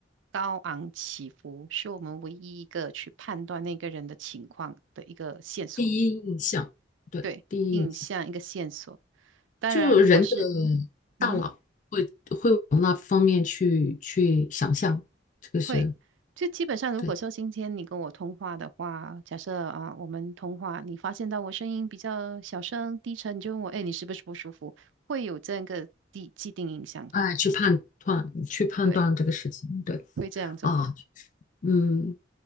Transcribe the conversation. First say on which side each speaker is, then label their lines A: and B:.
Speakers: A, on the right; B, on the left.
A: 高昂起伏，是我们唯一一个去判断那个人的情况的一个线索，
B: 第一印象，对，
A: 对，
B: 第一印象，
A: 印象一个线索。当然，
B: 就人的
A: 如果是，嗯哼。
B: 大脑会会往那方面去去想象，这个是
A: 会，就基本上，如果说今天你跟我通话的话，
B: 对，
A: 假设啊，我们通话，你发现到我声音比较小声、低沉，你就问我，哎，你是不是不舒服？会有这样一个既既定印象，
B: 哎，去判断去判断这个事情，
A: 对，
B: 对
A: 会这样做。
B: 啊，嗯，